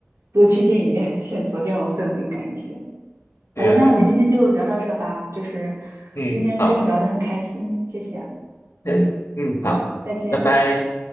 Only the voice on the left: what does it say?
<laughs>
对啊对啊，
嗯，
好。
对，嗯，
好，
拜拜。